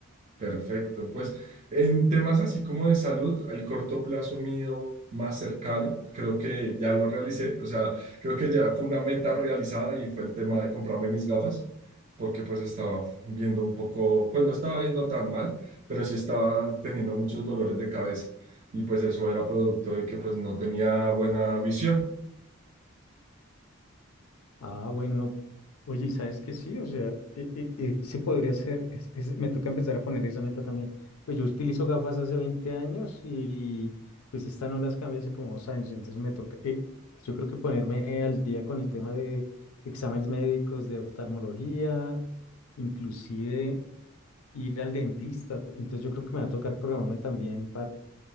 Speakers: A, on the right (about 35°); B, on the left (about 85°).
A: perfecto. Pues en temas así como de salud, el corto plazo mío más cercano, creo que ya lo realicé, o sea, creo que ya fue una meta realizada y fue el tema de comprarme mis gafas, porque pues estaba viendo un poco, pues no estaba viendo tan mal, pero sí estaba teniendo muchos dolores de cabeza y pues eso era producto de que pues no tenía buena visión.
B: Ah, bueno, no. Oye, ¿y sabes que sí? O sea, e- e- ese podría ser, es- es- me toca empezar a poner esa meta también. Pues yo utilizo gafas hace 20 años y pues esta no las cambié hace como dos años, entonces me toca, eh, yo creo que ponerme al día con el tema de exámenes médicos, de oftalmología, inclusive ir al dentista. Entonces yo creo que me va a tocar programarme también